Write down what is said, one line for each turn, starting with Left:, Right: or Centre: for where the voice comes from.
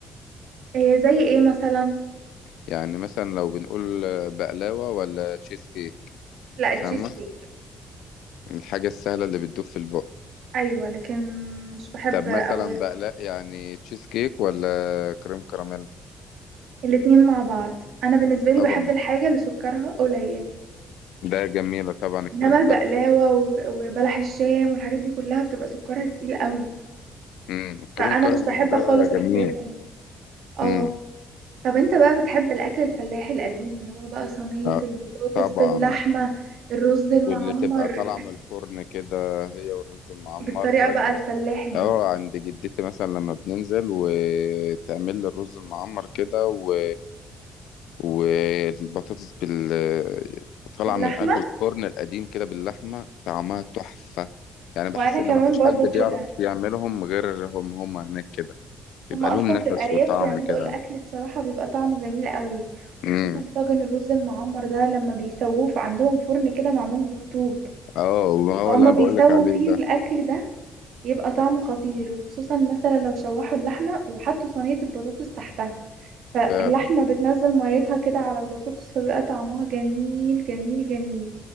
Right: آه زي ايه مثلا
Left: يعني مثلا لو بنقول بقلاوة ولا تشيز كيك
Right: لا التشيز
Left: فاهمة
Right: كيك
Left: الحاجة السهلة اللي بتدوب في البق
Right: ايوه لكن مش بحب
Left: طب مثلا
Right: قوي
Left: بقلاق يعني تشيز كيك ولا كريم كراميل
Right: الاتنين مع بعض انا بالنسبه لي
Left: طبعا
Right: بحب الحاجه اللي سكرها قليل
Left: ده جميلة طبعا الكريم
Right: انما البقلاوه
Left: كراميل
Right: و- وبلح الشام والحاجات دي كلها بتبقى سكرها تقيل قوي
Left: امم الكريم
Right: فانا
Left: كراميل
Right: مش بحب
Left: ده
Right: خالص الحاجات
Left: جميل
Right: دي اه
Left: امم
Right: طب انت بقى بتحب الاكل الفلاحي القديم اللي هو بقى صينيه
Left: آه،
Right: البطاطس
Left: طبعا
Right: باللحمه الرز المعمر
Left: واللي تبقى طالعة من الفرن كده هي والرز المعمر
Right: بالطريقه بقى
Left: يعني
Right: الفلاحي دي
Left: اه عند جدتي مثلا لما بننزل وتعمل لي الرز المعمر كده و والبطاطس بال طالعة
Right: باللحمه
Left: من قلب الفرن القديم كده باللحمة طعمها تحفة يعني بحس
Right: وانا كمان
Left: إن مفيش
Right: برضو
Left: حد بيعرف
Right: كده
Left: يعملهم غيرهم هم هناك كده بيبقى
Right: هما
Left: لهم
Right: اصلا
Left: نفس
Right: في الارياف
Left: وطعم
Right: بيعملوا
Left: كده
Right: الاكل بصراحه بيبقى طعمه جميل قوي وخصوصا
Left: امم
Right: طاجن الرز المعمر ده لما بيسووه في عندهم فرن كده معمول بالطوب
Left: اه
Right: فهم
Left: هو اللي انا
Right: بيسووا
Left: بقول لك عليه
Right: فيه
Left: ده
Right: الاكل ده يبقى طعمه خطير وخصوصا مثلا لو شوحوا اللحمه وحطوا صينيه البطاطس تحتها فاللحمه
Left: فعلا
Right: بتنزل ميتها كده على البطاطس فبيبقى طعمها جميل جميل جميل